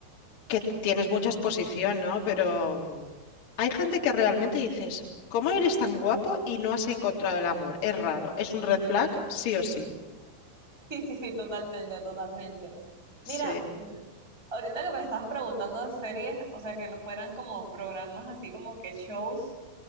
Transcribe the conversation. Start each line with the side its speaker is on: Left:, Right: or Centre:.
Left: que tienes mucha exposición, ¿no? Pero mm, hay gente que realmente dices, ¿cómo eres tan guapo y no has encontrado el amor? Es raro, es un red flag, sí o sí.
Right: Sí, sí, sí, totalmente, totalmente.
Left: Sí.
Right: Mira, mm, ahorita que me estabas preguntando de series, o sea, que no fueran como programas así como que shows,